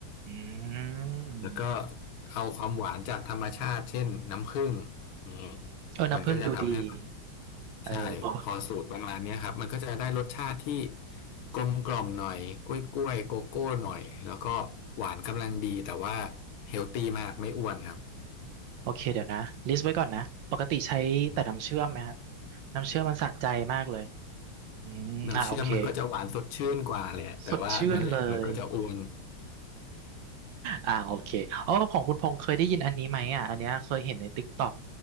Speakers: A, on the right; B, on the left.
A: อืม
B: แล้วก็เอาความหวานจากธรรมชาติเช่นน้ำผึ้งนี้
A: เออน้ำผึ้งดูดี
B: มันก็จะทำให้
A: เออพอ
B: ใช่พอสูตรประมาณเนี้ยครับมันก็จะได้รสชาติที่กลมกล่อมหน่อยกล้วยกล้วยโกโก้หน่อยแล้วก็หวานกำลังดีแต่ว่าเฮลตี้มากไม่อ้วนครับ
A: โอเคเดี๋ยวนะลิสต์ไว้ก่อนนะปกติใช้แต่น้ำเชื่อมไหมครับ
B: อืม
A: น้ำเชื่อมมันสะใจมากเลยอืมอ่าโอเค
B: น้ำเชื่อมมันก็จะหวานสดชื่นกว่าแหละแต่ว่านั่นแหละมันก็จะอ้วน
A: สดชื่นเลยอ่าโอเคอ๋อของคุณพงษ์เคยได้ยินอันนี้ไหมอ่ะอันเนี้ยเคยเห็นในติ๊กต็อก